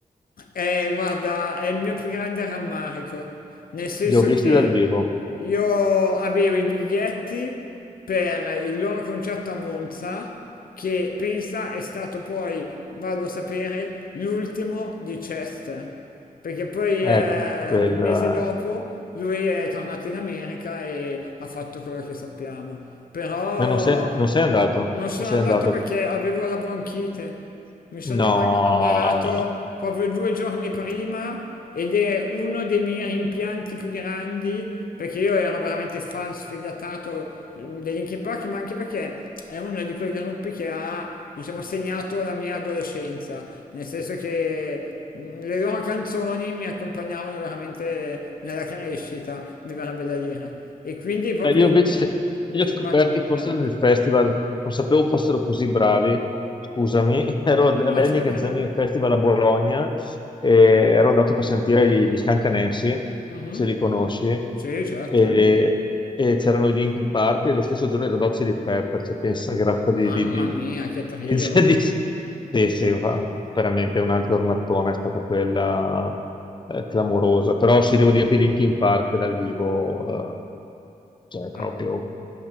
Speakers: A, on the left; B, on the left.
A: Eh, guarda, è il mio più grande rammarico, nel senso
B: li ho visti
A: che
B: dal vivo.
A: io avevo i biglietti per il loro concerto a Monza, che pensa è stato poi, vado a sapere, l'ultimo di Chester, perché poi
B: Ecco,
A: eh,
B: quella-
A: il mese dopo lui è tornato in America e ha fatto quello che sappiamo, però...
B: Ma non sei, non sei andato?
A: Non sono
B: O sei
A: andato
B: andato?
A: perché avevo la bronchite. Mi sono
B: No!
A: amma- ammalato proprio due giorni prima ed è uno dei miei rimpianti più grandi perché io ero veramente fan sfegatato mm, dei Linkin Park, ma anche perché è uno di quei gruppi che ha, diciamo, segnato la mia adolescenza, nel senso che mm, le loro canzoni mi accompagnavano veramente nella crescita, mi verrebbe da dire. E quindi proprio...
B: Eh, Io invece li ho scoperti
A: Vado un rimpianto.
B: forse nel festival, non sapevo fossero così bravi, scusami, <laughs> ero all'Heineken
A: No, no, ci mancherebbe.
B: Jamming Festival a Bologna e ero andato per sentire gli, gli Scancanensi,
A: Mh-mh.
B: se li conosci,
A: Sì, certo,
B: e,
A: eh.
B: e c'erano i Linkin Park e lo stesso giorno i Red Hot Chili Peppers, cioè, pensa che razza
A: Mamma
B: di, di, di-
A: mia, che trio.
B: di- <laughs> di- Sì, sì, va- veramente una giornatona è stata quella eh, clamorosa, però sì, devo dirti Linkin Park dal vivo eh, cioè, proprio
A: Ma